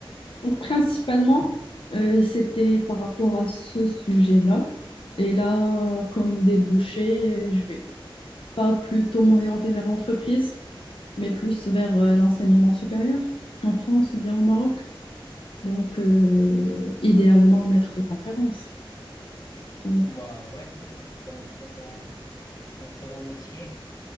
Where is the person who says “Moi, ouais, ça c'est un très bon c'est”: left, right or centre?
Left